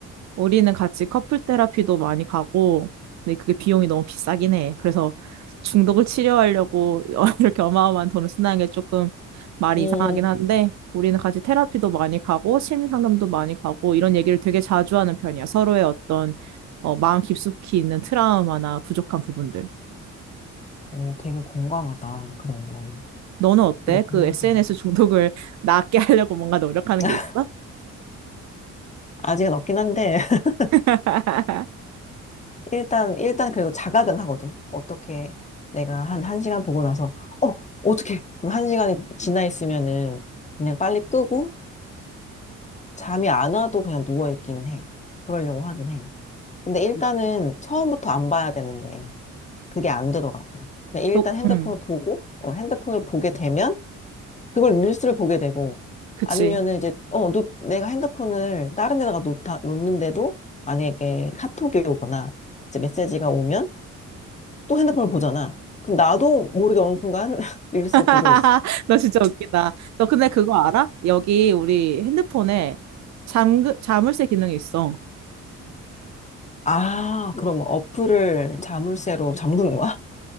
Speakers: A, on the right; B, on the left.
A: 우리는 같이 커플 테라피도 많이 가고, 근데 그게 비용이 너무 비싸긴 해. 그래서 중독을 치료하려고 <laughs> 이렇게 어마어마한 돈을 쓰는 게 조금 말이
B: 음,
A: 이상하긴 한데, 우리는 같이 테라피도 많이 가고, 심리 상담도 많이 가고, 이런 얘기를 되게 자주 하는 편이야. 서로의 어떤 어, 마음 깊숙이 있는 트라우마나 부족한 부분들.
B: 어, 되게 건강하다. 그런 건.
A: 너는 어때?
B: 그래, 겁니다.
A: 그 SNS 중독을 <laughs> 낫게 하려고 뭔가 노력하는
B: <laughs>
A: 게 있어?
B: 아직은 없긴 한데, <laughs>
A: <laughs>
B: 일단, 일단 그래도 자각은 하거든. 어떻게 내가 한, 한 시간 보고 나서, 어, 어떻게, 한 시간이 지나 있으면은 그냥 빨리 끄고, 잠이 안 와도 그냥 누워있기는 해. 그러려고 하긴 해. 근데 일단은 처음부터 안 봐야 되는데, 그게 안 되더라고. 그냥 일단
A: 또,
B: 핸드폰을
A: 음,
B: 보고, 어, 핸드폰을 보게 되면, 그걸 릴스를 보게 되고,
A: 그치.
B: 아니면은 이제, 어, 노, 내가 핸드폰을 다른 데다가 놓다, 놓는데도, 만약에 카톡이 오거나, 이제 메시지가 오면, 또 핸드폰을 보잖아. 그럼 나도 모르게 어느 순간 <laughs> 릴스를
A: <laughs>
B: 보고 있어.
A: 너 진짜 웃기다. 너 근데 그거 알아? 여기 우리 핸드폰에 잠, 자물쇠 기능이 있어.
B: 아, 그럼 어플을 자물쇠로 잠그는 거야?